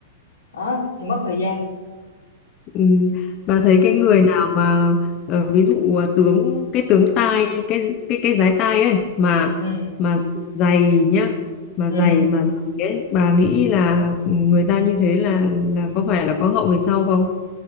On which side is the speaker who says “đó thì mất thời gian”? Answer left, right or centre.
Left